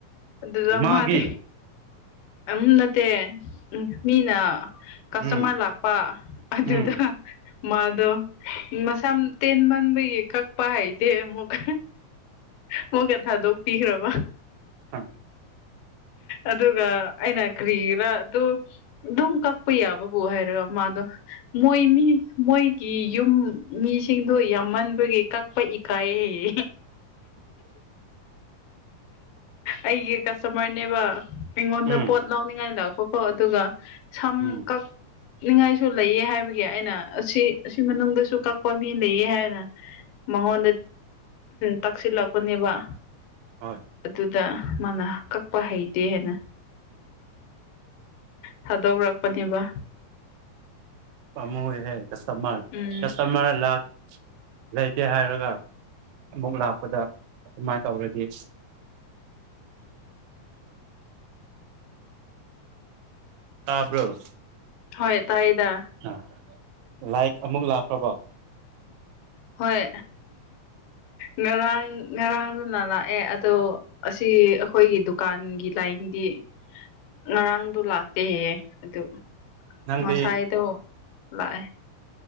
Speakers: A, on the left; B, on the right.
A: ꯑꯗꯨꯗ
B: ꯃꯥꯒꯤ
A: ꯃꯥꯗꯤ ꯎꯝ ꯅꯠꯇꯦ ꯃꯤꯅ ꯀꯁꯇꯃꯔ
B: ꯎꯝ
A: ꯂꯥꯛꯄ ꯑꯗꯨꯗ
B: ꯎꯝ
A: ꯃꯥꯗꯣ ꯃꯁꯝ ꯇꯦꯟ ꯃꯟꯕꯒꯤ ꯀꯛꯄ ꯍꯩ ꯇꯦ ꯑꯃꯨꯛꯀ ꯑꯃꯨꯛꯀ ꯊꯥꯗꯣꯛꯄꯤꯈ꯭ꯔꯕ
B: ꯑ
A: ꯑꯗꯨꯒ ꯑꯩꯅ ꯀ꯭ꯔꯤꯔꯥ ꯑꯗꯨ ꯑꯗꯨꯝ ꯀꯛꯄ ꯌꯥꯕꯕꯨ ꯍꯥꯏꯔꯒ ꯃꯥꯗꯣ ꯃꯣꯏ ꯃꯤ ꯃꯣꯏꯒꯤ ꯌꯨꯝ ꯃꯤꯁꯤꯡꯗꯨ ꯌꯥꯝꯃꯟꯕꯒꯤ ꯀꯛꯄ ꯏ ꯀꯥꯏꯌꯦ
B: <inaudible>
A: ꯑꯩꯒꯤ ꯀꯁꯇꯃꯔꯅꯦꯕ ꯑꯩꯉꯣꯟ ꯑꯩꯉꯣꯟꯗ
B: ꯎꯝ
A: ꯄꯣꯠ ꯂꯥꯎꯅꯤꯡꯉꯥꯏ ꯂꯥꯛꯄꯀꯣ ꯑꯗꯨꯒ ꯁꯝ
B: ꯎꯝ
A: ꯀꯛ ꯅꯤꯡꯉꯥꯏꯁꯨ ꯂꯩ ꯑꯦ ꯍꯥꯏꯕꯒꯤ ꯑꯩꯅ ꯑꯁꯤ ꯑꯁꯤ ꯃꯅꯨꯡꯗꯁꯨ ꯀꯛꯄ ꯃꯤ ꯂꯩꯌꯦ ꯍꯥꯏꯅ ꯃꯉꯣꯟꯗ ꯇꯛꯁꯤꯜꯂꯛꯄꯅꯦꯕ
B: ꯍꯣꯏ
A: ꯑꯗꯨꯗ ꯃꯥꯅ ꯀꯛꯄ ꯍꯩꯇꯦꯅ ꯊꯥꯗꯣꯛꯔꯛꯄꯅꯦꯕ
B: ꯄꯃꯨꯏ ꯍꯦ ꯀꯁꯇꯃꯔ
A: ꯎꯝ
B: ꯀꯁꯇꯃꯔ ꯂꯥꯛ ꯂꯩꯇꯦ ꯍꯥꯏꯔꯒ ꯑꯃꯨꯛ ꯂꯥꯛꯄꯗ ꯑꯗꯨꯃꯥꯏꯅ ꯇꯧꯔꯗꯤ ꯇꯥꯕ꯭ꯔꯣ
A: ꯍꯣꯏ ꯇꯥꯏꯗꯥ
B: ꯑꯥ ꯂꯥꯏꯛ ꯑꯃꯨꯛ ꯂꯥꯛꯈ꯭ꯔꯕꯣ
A: ꯍꯣꯏ ꯉꯔꯥꯡ ꯉꯔꯥꯡꯗꯨꯅ ꯂꯥꯛꯑꯦ ꯑꯗꯣ ꯑꯁꯤ ꯑꯩꯈꯣꯏꯒꯤ ꯗꯨꯀꯥꯟꯒꯤ ꯂꯥꯏꯟꯗꯤ ꯉꯔꯥꯡꯗꯣ ꯂꯥꯛꯇꯦꯍꯦꯌꯦ ꯑꯗꯨ
B: ꯅꯪꯗꯤ
A: ꯉꯁꯥꯏꯗꯣ ꯂꯥꯛꯑꯦ